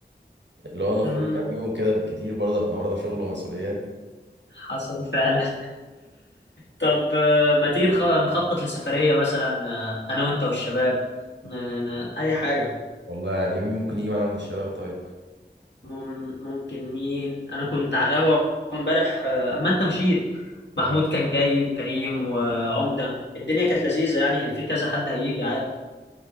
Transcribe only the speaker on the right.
اللي هو نخرج
كام يوم كده بالكتير برضه احنا ورانا شغل ومسؤوليات
والله دي مين ممكن يجي معانا من الشباب طيب
يا